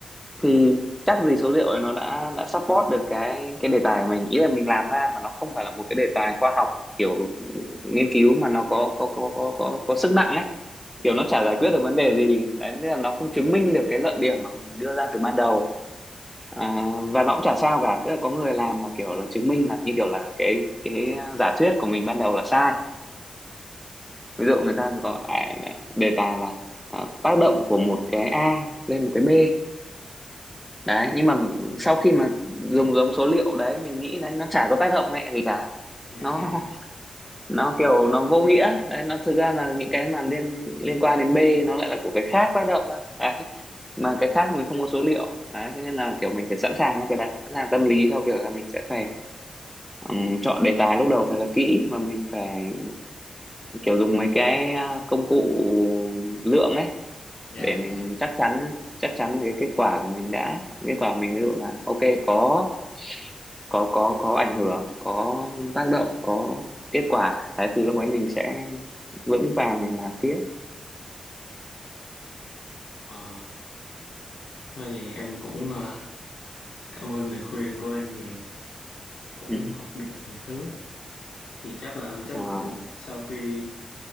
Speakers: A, in the centre; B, on the left (about 55°).
A: thì chắc gì số liệu ấy nó đã đã support được cái cái đề tài của mình ý là mình làm ra mà nó không phải là một cái đề tài khoa học kiểu nghiên cứu mà nó có có có có có có sức nặng ấy
B: dạ
A: kiểu nó chả
B: dạ
A: giải quyết được vấn đề gì đấy nên là nó không chứng minh được cái luận điểm mà mình đưa ra từ ban đầu À, và nó cũng chả sao cả tức là có người làm là kiểu là chứng minh là như kiểu là cái cái giả thuyết của mình ban đầu là sai ví dụ người ta có à, đề tài là à, tác động của một cái A lên một cái B đấy nhưng mà
B: Ừ,
A: sau khi mà dùng giống số liệu đấy mình nghĩ đấy nó chả có tác động mẹ gì cả
B: dạ
A: nó
B: <laughs>
A: nó kiểu nó vô nghĩa đấy nó thực ra là những cái mà liên liên quan đến B nó lại là của cái khác tác động thôi đấy mà cái khác mình không có số liệu đấy thế nên là kiểu mình phải sẵn sàng cho cái đấy sẵn sàng tâm lý cho việc là mình sẽ phải Ừm, chọn đề tài lúc đầu thật là kỹ mà mình phải kiểu dùng mấy cái à, công cụ lượng ấy
B: dạ
A: để mình
B: dạ
A: chắc chắn chắc chắn về cái kết quả của mình đã kết quả mình ví dụ là ok có có có có ảnh hưởng có tác động có kết quả đấy thì lúc ấy mình sẽ vững vàng mình làm tiếp
B: ờ thôi thì em cũng ờ, cảm ơn lời khuyên của anh nhiều cũng
A: <laughs>
B: học được vài thứ thì chắc là chắc
A: Ừ.
B: là
A: Ờ,
B: cũng sau khi